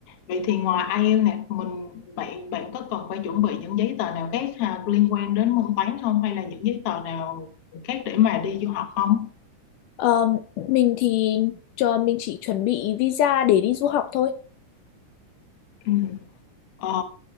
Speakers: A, on the left (about 55°); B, on the left (about 80°).
A: Vậy thì ngoài IELTS nè, mình bạn bạn có cần phải chuẩn bị những giấy tờ nào khác ha, liên quan đến môn toán không hay là những giấy tờ nào khác để mà đi du học không?
B: Ờ, mình thì cho mình chỉ chuẩn bị visa để đi du học thôi.
A: Ừ. Ờ,